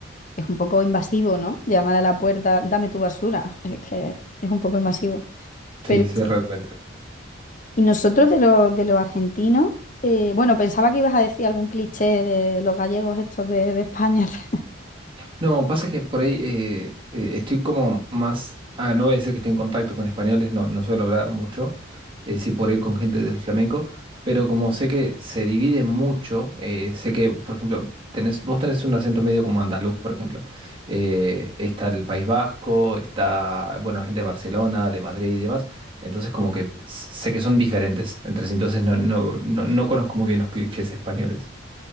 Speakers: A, on the left (about 40°); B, on the right (about 25°).
A: es un poco invasivo, ¿no? Llamar a la puerta, dame tu basura, <laughs> es que es un poco invasivo.
B: Sí,
A: Pero,
B: sí, realmente.
A: y nosotros de los, de los argentinos, eh, bueno, pensaba que ibas a decir algún cliché de los gallegos estos de, de España. <laughs>
B: No, pasa que por ahí eh, eh, estoy como más... Ah, no voy a decir que estoy en contacto con españoles, no, no suelo hablar mucho, eh, sí por ahí con gente del flamenco, pero como sé que se divide mucho, eh, sé que, por ejemplo, tenés, vos tenés un acento medio como andaluz, por ejemplo. Eh, está el País Vasco, está, bueno, la gente de Barcelona, de Madrid y demás, entonces como que sé que son diferentes entre sí, entonces no, no, no, no conozco muy bien los clichés españoles.